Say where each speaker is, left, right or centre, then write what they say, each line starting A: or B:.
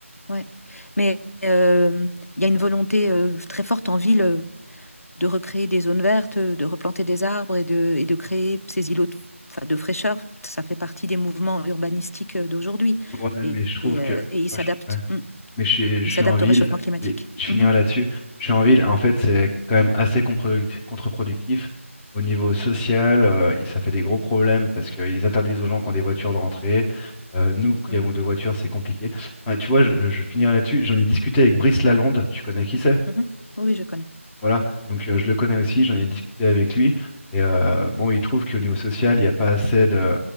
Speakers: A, on the left; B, in the centre.
A: ouais. Mais euh, il y a une volonté euh, très forte en ville. euh, de recréer des zones vertes, de replanter des arbres et de, et de créer ces îlots de, enfin, de fraîcheur. Ça fait partie des mouvements urbanistiques d'aujourd'hui.
B: Ouais, mais
A: Et,
B: je trouve
A: et,
B: que.
A: euh, et ils
B: Moi,
A: s'adaptent.
B: je... ouais.
A: Mm.
B: Mais je, suis je
A: Ils
B: suis
A: s'adaptent
B: en ville,
A: au réchauffement climatique.
B: et je finirai
A: Mhm.
B: là-dessus. Je suis en ville, et en fait, c'est quand même assez contre-product- contre-productif. Au niveau social, euh, ça fait des gros problèmes parce qu'ils interdisent aux gens qui ont des voitures de rentrer. Euh, nous qui
A: Mhm.
B: avons deux voitures, c'est compliqué. Enfin, tu vois, je, je finirai là-dessus. J'en ai discuté avec Brice Lalonde, tu connais qui c'est?
A: Mhm. Oui, oui, je connais.
B: Voilà, donc euh, je le connais aussi, j'en ai discuté avec lui. Et euh, bon, il trouve qu'au niveau social, il n'y a pas assez de,